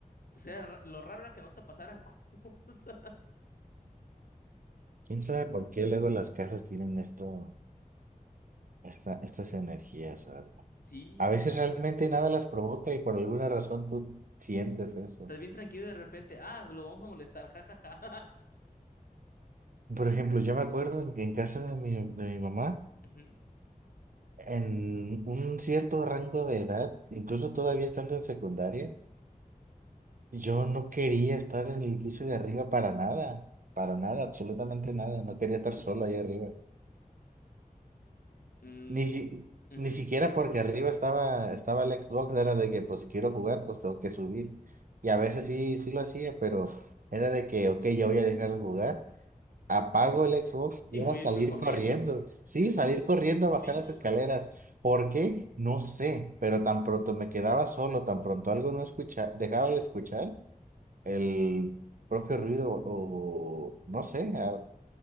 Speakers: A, on the left (about 80°); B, on the right (about 65°).
A: pues era ra- lo raro era que no te pasaran <laughs> cosas.
B: ¿Quién sabe por qué luego las casas tienen esto, esta, estas energías o algo?
A: Sí,
B: A veces
A: de hecho,
B: realmente nada las provoca y por alguna razón tú sientes eso.
A: estás bien tranquilo y de repente, ah, lo vamos a molestar, jajaja.
B: Por ejemplo, yo me acuerdo en, en casa de mi, de mi mamá,
A: <laughs> Ujú.
B: en un cierto rango de edad, incluso todavía estando en secundaria, yo no quería estar en el piso de arriba para nada, para nada, absolutamente nada, no quería estar solo ahí arriba.
A: Mm,
B: Ni, si-
A: ujú.
B: ni siquiera porque arriba estaba, estaba el Xbox, era de que pues si quiero jugar, pues tengo que subir. Y a veces sí, sí lo hacía, pero era de que, ok, ya voy a dejar de jugar. Apago el Xbox
A: Y
B: y
A: voy
B: era salir
A: a irme corriendo.
B: corriendo. Sí, salir corriendo a bajar
A: <laughs>
B: las escaleras.
A: Sí,
B: ¿Por qué? No sé, pero tan pronto me quedaba solo, tan pronto algo no escucha, dejaba de escuchar el propio ruido o no sé, a-